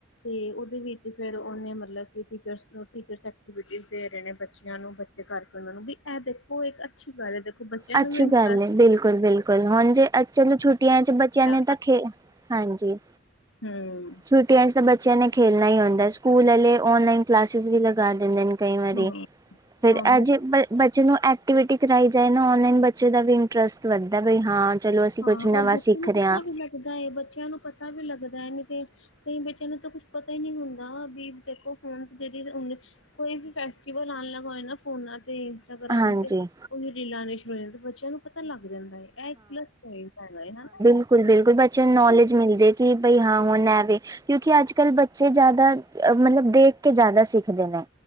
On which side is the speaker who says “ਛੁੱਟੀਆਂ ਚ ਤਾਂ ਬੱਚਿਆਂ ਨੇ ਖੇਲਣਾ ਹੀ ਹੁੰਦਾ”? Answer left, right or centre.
Right